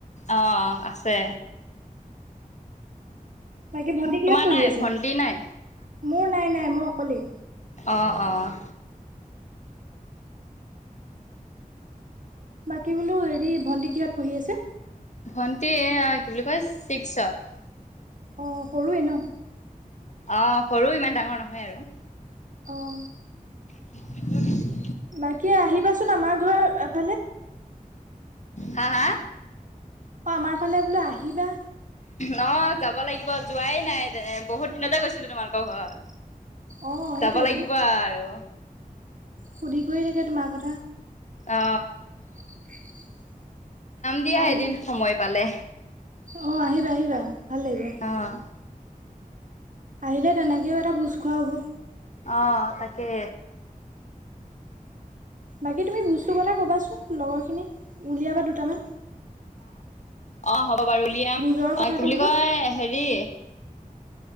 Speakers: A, on the left; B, on the right.
A: অ আছে।
B: বাকী ভন্টি কিহত
A: তোমাৰ
B: পঢ়ি
A: নাই
B: আছে?
A: ভন্টি নাই
B: মোৰ নাই নাই মই অকলেই।
A: অ' অহ।
B: বাকী বোলো হেৰি ভণ্টি কিহঁত পঢ়ি আছে?
A: ভণ্টি এ আ কি বুলি কয় চিক্সত।
B: অ সৰুৱে ন।
A: অ সৰু ইমান ডাঙৰ নহয় আৰু
B: আহ
A: উ <unintelligible>
B: বাকী আহিবাচোন আমাৰ ঘৰ এফালে
A: হা হা?
B: অ আমাৰ ফালে বোলো আহিবা।
A: ন যাব লাগিব যোৱাই নাই যেনে বহুত দিনতে গৈছিলো তোমালোকৰ ঘৰত।
B: অ', সেইটোয়েতো
A: যাব লাগিব আৰু।
B: সুধি কৰি থাকে তোমাৰ কথা?
A: অ।
B: অ <inaudible>
A: দিয়া
B: আহিব,
A: এদিন সময় পালে
B: অ আহিবা আহিবা। ভাল লাগিব।
A: আহ।
B: আহিলে তেনেকেও এটা ভোজ খোৱা হ'ব।
A: আহ তাকে।
B: বাকী তুমি বস্তুৰ কথা ক'বাচোন লগৰখিনি, উলিয়াবা দুটামান।
A: অ হ'ব বাৰু উলিয়াম,
B: ভোজৰ কথাটো
A: অ কি বুলি
B: বোলো
A: কয় হেৰি